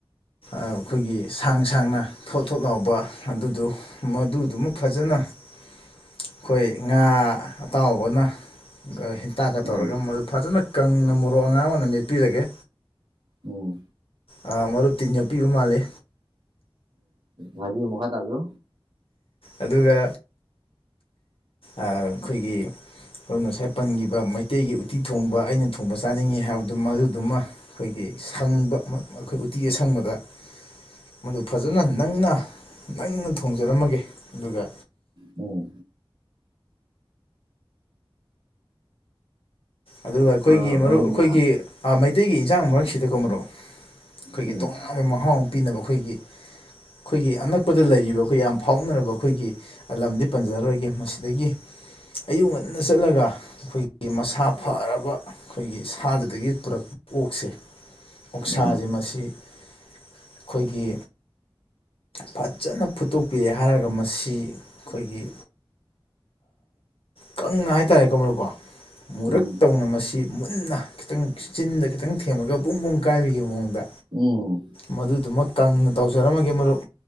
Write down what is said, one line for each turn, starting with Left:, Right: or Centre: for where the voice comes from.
Left: ꯑꯩꯈꯣꯏꯒꯤ ꯁꯥꯡ ꯁꯥꯡꯅ ꯊꯣꯠ ꯊꯣꯠ ꯂꯥꯎꯕ ꯑꯗꯨꯗꯣ ꯃꯗꯨꯗꯨꯃ ꯐꯖꯅ ꯑꯩꯈꯣꯏ ꯉꯥ ꯑꯇꯥꯎꯕꯅ ꯍꯦꯟꯇꯥꯛꯀ ꯇꯧꯔꯒ
Right: ꯎꯝ
Left: ꯃꯗꯨ ꯐꯖꯅ ꯀꯪꯅ ꯃꯣꯔꯣꯛ ꯑꯉꯥꯡ ꯑꯣꯏꯅ ꯃꯦꯠꯄꯤꯔꯒꯦ
Right: ꯎꯝ
Left: ꯑ ꯃꯔꯨꯞ ꯇꯤꯟ ꯌꯥ ꯄꯄꯤꯕ ꯃꯥꯜꯂꯦ
Right: ꯍꯥꯏꯕꯤꯌ ꯃꯈꯐꯠ ꯑꯌꯣ
Left: ꯑꯗꯨꯒ ꯑꯩꯈꯣꯏꯒꯤ ꯑꯗꯨ ꯉꯁꯥꯏ ꯄꯟꯈꯤꯕ ꯃꯩꯇꯩꯒꯤ ꯎꯇꯤ ꯊꯣꯡꯕ ꯑꯩꯅ ꯊꯣꯡꯕ ꯆꯥꯅꯤꯡꯏꯤ ꯍꯥꯏꯕꯗꯨ ꯃꯗꯨꯗꯨꯃ ꯑꯩꯈꯣꯏꯒꯤ ꯁꯪꯕ ꯑꯩꯈꯣꯏ ꯎꯇꯤ ꯑꯁꯪꯕꯗ ꯃꯗꯨ ꯐꯖꯅ ꯅꯪꯅ ꯅꯪꯅ ꯊꯣꯡꯖꯔꯝꯃꯒꯦ ꯑꯗꯨꯒ
Right: ꯎꯝ
Left: ꯑꯗꯨꯒ ꯑꯩꯈꯣꯏꯒꯤ
Right: ꯑ
Left: ꯃꯔꯨꯞ
Right: ꯃꯔꯨꯞꯅ
Left: ꯑꯩꯈꯣꯏꯒꯤꯩ ꯃꯩꯇꯩꯒꯤ ꯏꯟꯁꯥꯡ ꯃꯔꯛꯁꯤꯗꯀꯣ ꯃꯔꯨꯞ ꯑꯩꯈꯣꯏꯒꯤ
Right: ꯎꯝ
Left: ꯇꯣꯉꯥꯟꯕ ꯃꯍꯥꯎ ꯑꯃ ꯄꯤꯅꯕ ꯑꯩꯈꯣꯏꯒꯤ ꯑꯩꯈꯣꯏꯒꯤ ꯑꯅꯛꯄꯗ ꯂꯩꯔꯤꯕ ꯑꯩꯈꯣꯏ ꯌꯥꯝ ꯐꯥꯎꯅꯔꯕ ꯑꯩꯈꯣꯏꯒꯤ ꯂꯝꯗꯤ ꯄꯟꯖꯔꯔꯣꯏꯒꯦ ꯃꯁꯤꯗꯒꯤ ꯑꯌꯨꯛ ꯉꯟꯅ ꯆꯠꯂꯒ ꯑꯩꯈꯣꯏꯒꯤ ꯃꯁꯥ ꯐꯔꯕ ꯑꯩꯈꯣꯏꯒꯤ ꯁꯥꯗꯨꯗꯒꯤ ꯄꯨꯔꯛꯄ ꯑꯣꯛꯁꯦ ꯑꯣꯛꯁꯥꯁꯦ
Right: ꯎꯝ
Left: ꯃꯁꯤ ꯑꯩꯈꯣꯏꯒꯤ ꯐꯖꯅ ꯐꯨꯠꯇꯣꯛꯄꯤꯔꯦ ꯍꯥꯏꯔꯒ ꯃꯁꯤ ꯑꯩꯈꯣꯏꯒꯤ ꯀꯪꯅ ꯍꯥꯏꯇꯥꯔꯦ ꯀꯣ ꯃꯔꯅꯨꯀꯣ ꯃꯨꯔꯛ
Right: ꯎꯝ
Left: ꯇꯧꯅ ꯃꯁꯤ ꯃꯨꯟꯅ ꯈꯤꯇꯪ ꯆꯤꯟꯟꯅ ꯈꯤꯇꯪ ꯊꯦꯝꯃꯒ ꯄꯨꯡ ꯄꯨꯡ ꯀꯥꯏꯕꯒꯤ ꯃꯑꯣꯡꯗ
Right: ꯎꯝ
Left: ꯃꯗꯨꯗꯨꯃ ꯀꯪꯅ ꯇꯧꯖꯔꯝꯃꯒꯦ ꯃꯔꯨꯞ